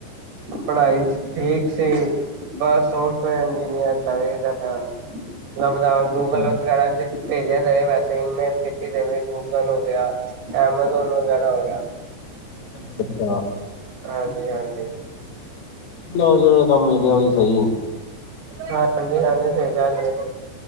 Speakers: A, on the right; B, on the left.
A: ਪੜ੍ਹਾਈ ਠੀਕ ਸੀ ਬਸ ਸੋਫਟਵੇਅਰ ਇੰਜੀਨੀਅਰ ਲੱਭਦਾ
B: ਅੱਛਾ
A: ਗੂਗਲ
B: ਅੱਛਾ
A: ਵਗੈਰਾ ਭੇਜਿਆ ਦੇਵੇ ਵੈਸੇ ਈਮੇਲ ਕੀਤੀ ਦੇਵੇ ਗੂਗਲ ਹੋ ਗਿਆ ਐਮਾਜ਼ੋਨ ਵਗੈਰਾ ਹੋ ਗਿਆ
B: ਅੱਛਾ ਅੱਛਾ
A: ਹਾਂਜੀ ਹਾਂਜੀ
B: ਜੋ ਜਿ ਕੰਮ ਮਿਲ ਗਿਆ ਉਹੀ ਸਹੀ ਹੈ
A: ਹਾਂਜੀ ਹਾਂਜੀ ਸਹੀ ਗੱਲ ਹੈ